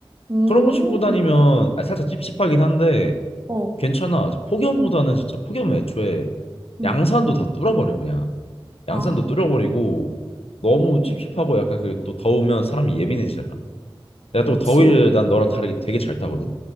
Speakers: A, on the right (about 35°); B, on the left (about 85°).
A: 음,
B: 그런 거 신고 다니면 아, 살짝 찝찝하긴 한데
A: 어,
B: 괜찮아. 저 폭염보다는 진짜 폭염은 애초에
A: 음.
B: 양산도 다 뚫어버려 그냥. 양산도
A: 아,
B: 뚫어버리고 너무 찝찝하고 약간 그리고 또 더우면 사람이 예민해지잖아. 내가 또
A: 그치.
B: 더위를 난 너랑 다르게 되게 잘 타거든.